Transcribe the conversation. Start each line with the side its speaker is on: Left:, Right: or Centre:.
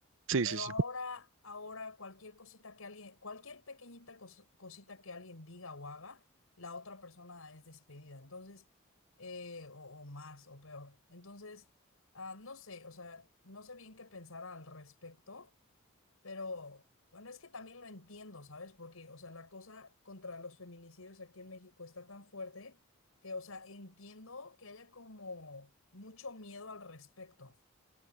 Right: Sí,
Left: Pero
Right: sí, sí.
Left: ahora, ahora cualquier cosita que alguien, cualquier pequeñita cos- cosita que alguien diga o haga, la otra persona es despedida. Entonces, eh, o, o más o peor. Entonces, ah, no sé, o sea, no sé bien qué pensar al respecto, pero bueno, es que también lo entiendo, ¿sabes? Porque, o sea, la cosa contra los feminicidios aquí en México está tan fuerte que, o sea, entiendo que haya como mucho miedo al respecto.